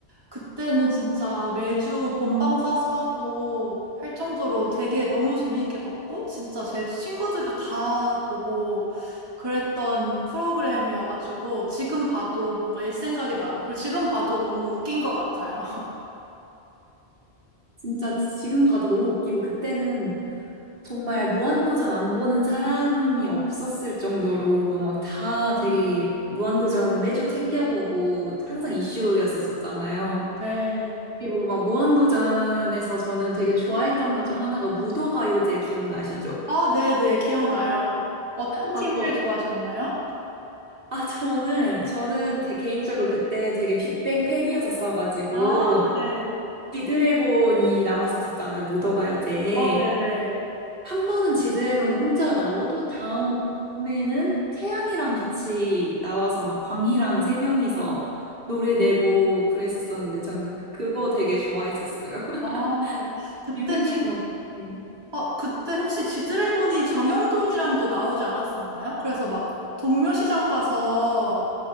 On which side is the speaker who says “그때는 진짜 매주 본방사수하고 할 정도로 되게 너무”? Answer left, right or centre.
Right